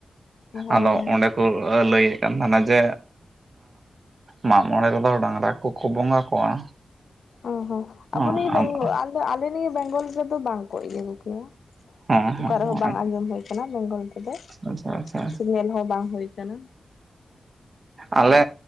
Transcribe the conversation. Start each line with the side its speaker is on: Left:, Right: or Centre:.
Left: ᱦᱚᱸ
Right: ᱟᱫᱚ ᱚᱸᱰᱮ ᱠᱚ ᱞᱟᱹᱭᱮᱫ ᱠᱟᱱ ᱛᱟᱦᱮᱱᱟ ᱡᱮ ᱢᱟᱜ ᱢᱚᱬᱮ ᱨᱮᱫᱚ ᱰᱟᱝᱨᱟ ᱠᱚᱠᱚ ᱵᱚᱸᱜᱟ ᱠᱚᱣᱟ
Left: ᱚ ᱦᱚᱸ
Right: ᱦᱚᱸ
Left: ᱟᱵᱚ ᱱᱤᱭᱟᱹ ᱵᱮᱜᱚᱞ
Right: ᱟᱫᱚ
Left: ᱟᱞᱮ ᱱᱤᱭᱟᱹ ᱵᱮᱝᱜᱚᱞ ᱨᱮᱫᱚ ᱵᱟᱝᱠᱚ ᱤᱭᱟᱹ ᱠᱚᱜᱮᱭᱟ
Right: ᱦᱚᱸ ᱦᱚᱸ
Left: ᱚᱠᱟ ᱨᱮᱦᱚᱸ ᱵᱟᱝ
Right: ᱦᱚᱸ
Left: ᱟᱸᱡᱚᱢ ᱦᱩᱭ ᱟᱠᱟᱱᱟ ᱵᱮᱝᱜᱚᱞ ᱛᱮᱫᱚ
Right: ᱟᱪᱪᱷᱟ ᱟᱪᱪᱷᱟ ᱟᱪᱪᱷᱟ
Left: ᱥᱮ ᱧᱮᱞ ᱦᱚᱸ ᱵᱟᱝ ᱦᱩᱭ ᱟᱠᱟᱱᱟ ᱚ
Right: ᱟᱞᱮ